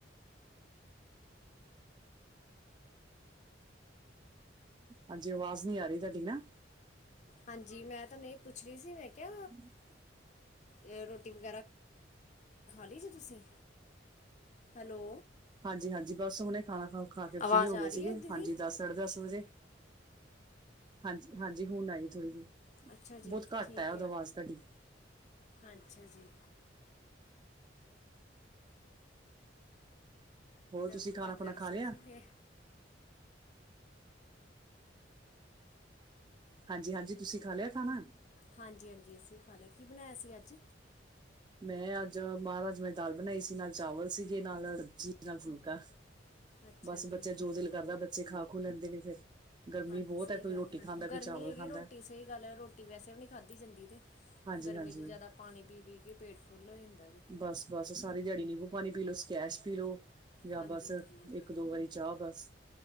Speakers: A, on the right; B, on the left.
A: ਹਾਂਜੀ ਆਵਾਜ਼ ਨੀ ਆ ਰਹੀ ਤੁਹਾਡੀ ਨਾ
B: ਹਾਂਜੀ ਮੈਂ ਤੁਹਾਨੂੰ ਇਹ ਪੁੱਛ ਰਹੀ ਸੀ ਮੈਂ ਕਿਆ
A: ਹਮ
B: ਤੇ ਰੋਟੀ ਵਗੈਰਾ ਖਾ ਲਈ ਜੇ ਤੁਸੀਂ। ਹੈਲੋ।
A: ਹਾਂਜੀ-ਹਾਂਜੀ ਬਸ ਹੁਣੇ ਖਾਣਾ ਖਾ, ਖਾ ਕੇ ਫਰੀ
B: ਆਵਾਜ਼
A: ਹੋ
B: ਆ
A: ਗਏ
B: ਰਹੀ
A: ਸੀਗੇ,
B: ਹੈ ਦੀਦੀ
A: ਹਾਂਜੀ ਦਸ ਸਾਢੇ ਦਸ ਵਜੇ ਹਾਂਜੀ-ਹਾਂਜੀ ਹੁਣ ਆਈ ਥੋੜ੍ਹੀ ਜਿਹੀ।
B: ਅੱਛਾ ਜੀ
A: ਬਹੁਤ ਘੱਟ
B: ਠੀਕ
A: ਹੈ ਉਦਾ ਵਾਜ਼ ਤੁਹਾਡੀ।
B: ਅੱਛਾ ਜੀ।
A: ਹੋਰ
B: ਸਭ
A: ਤੁਸੀਂ ਖਾਣਾ-ਖੁਣਾ
B: ਘਰ ਵਗੈਰਾ
A: ਖਾ
B: ਸੋ
A: ਲਿਆ।
B: ਸੂ ਗਏ
A: ਹਾਂਜੀ-ਹਾਂਜੀ ਤੁਸੀਂ ਖਾ ਲਿਆ ਖਾਣਾ।
B: ਹਾਂਜੀ ਹਾਂਜੀ ਅਸੀਂ ਖਾ ਲਿਆ, ਕੀ ਬਣਾਇਆ ਸੀ ਅੱਜ।
A: ਮੈਂ ਅੱਜ ਮਾਂ ਰਾਜਮਾ ਦੀ ਦਾਲ ਬਣਾਈ ਸੀ ਨਾਲ ਚਾਵਲ ਸੀਗੇ ਨਾਲ <unintelligible> ਨਾਲ ਫੁਲਕਾ।
B: ਅੱਛਾ
A: ਬਸ
B: ਜੀ
A: ਬੱਚਾ
B: ਠੀਕ
A: ਜੋ ਦਿਲ ਕਰਦਾ
B: ਹੈ।
A: ਬੱਚੇ ਖਾ ਖੂ ਲੈਂਦੇ ਨੇ ਫੇਰ। ਗਰਮੀ
B: ਹਾਂਜੀ
A: ਬੋਤ
B: ਸਹੀ
A: ਐ, ਕੋਈ
B: ਗੱਲ
A: ਰੋਟੀ
B: ਹੈ
A: ਖਾਂਦਾ, ਕੋਈ
B: ਗਰਮੀ
A: ਚਾਵਲ
B: ਹੈਗੀ
A: ਖਾਂਦਾ।
B: ਰੋਟੀ ਸਹੀ ਗੱਲ ਹੈ ਰੋਟੀ ਵੈਸੇ ਵੀ ਨਹੀਂ ਖਾਧੀ ਜਾਂਦੀ ਤੇ
A: ਹਾਂਜੀ-ਹਾਂਜੀ।
B: ਗਰਮੀ 'ਚ ਜ਼ਿਆਦਾ ਪਾਣੀ ਪੀ-ਪੀ ਕੇ ਪੇਟ ਫੁੱਲ ਹੋ ਜਾਂਦਾ ਜੇ।
A: ਬਸ-ਬਸ ਸਾਰੀ ਦਿਹਾੜੀ ਨੀਬੂ ਪਾਣੀ ਪੀ ਲੋ, ਸਕੈਸ਼ ਪੀ ਲੋ। ਯਾ
B: ਹਾਂਜੀ
A: ਬਸ
B: ਹਾਂਜੀ
A: ਇੱਕ ਦੋ ਵਾਰੀ ਚਾਹ ਬਸ।